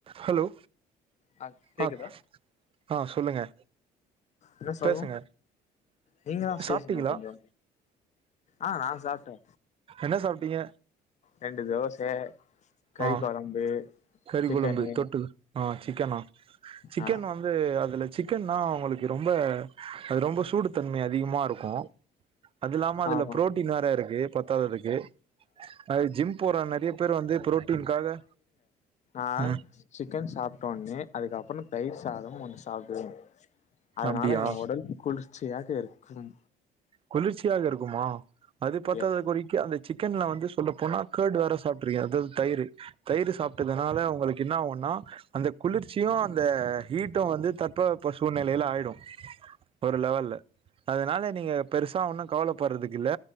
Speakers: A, on the right; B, on the left.
A: ஹலோ
B: ஆ கேக்குதா
A: அ ஆ சொல்லுங்க
B: என்ன சொல்ணு
A: பேசுங்க
B: நீங்க தா பேசணு
A: சாப்டீங்களா
B: கொஞ்சோ ஆ நா சாப்டே
A: என்ன சாப்டீங்க
B: ரெண்டு தோச கறி
A: ஆ
B: கொழம்பு
A: கறி
B: சிக்கனு
A: கொழம்பு தொட்டுக்க ஆ சிக்கனா சிக்கன்
B: ஆ
A: வந்து அதுல சிக்கன்னா உங்களுக் ரொம்ப அது ரொம்ப சூடு தன்மை அதிகமா இருக்கு அது இல்லாம அதுல
B: ஆமா
A: புரோட்டீன் வேற இருக்கு பத்தாததுக்கு அது ஜிம் போற நெறய பேர் வந்து புரோட்டீன்காக
B: ஆ
A: ம்
B: சிக்கன் சாப்ட்ட ஒட்னே அதுக்கப்பற தயிர் சாதம் வந்து சாப்பிடுவே அதனால
A: அப்டியா
B: எ உடல் குளிர்ச்சியாக இருக்கும்
A: குளிர்ச்சியாக இருக்குமா அது பத்தாத
B: எஸ்
A: குறி கே அந்த சிக்கன்ல வந்து சொல்ல போனா கர்டு வேற சாப்ட்ருக்கே அதாவது தயிரு தயிர் சாப்பிட்டதுனால உங்களுக்கு என்ன ஆகுனா அந்த குளிர்ச்சியு அந்த ஹீட்டு வந்து தட்ப வெட்ப சூழ்நிலையில ஆயிடு ஒரு லெவல்ல அதனால நீங்க பெருசா ஒன்னு கவலைப்படுறதுக்கு இல்ல